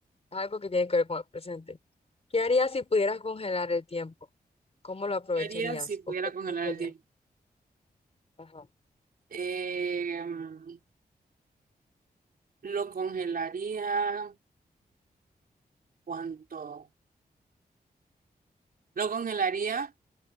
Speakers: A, on the left; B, on the right.
A: Algo que tiene que ver con el presente. ¿Qué harías si pudieras congelar el tiempo? ¿Cómo lo aprovecharías?
B: ¿Qué haría si pudiera
A: ¿O qué
B: congelar
A: pensarías?
B: el tiempo?
A: Ajá.
B: Em, lo congelaría cuánto. Lo congelaría